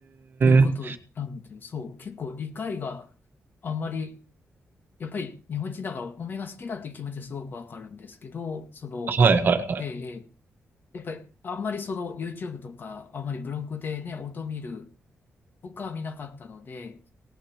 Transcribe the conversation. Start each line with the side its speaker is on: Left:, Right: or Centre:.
Left: ていうことなので、
Right: ーん。
Left: そう、結構理解があんまり、やっぱり日本人だからお米が好きだっていう気持ちはすごくわかるんですけど、その、
Right: はいはいはい。
Left: ええ、ええやっぱりあんまりその YouTube とか、あんまりブログでね、音見る、僕は見なかったので、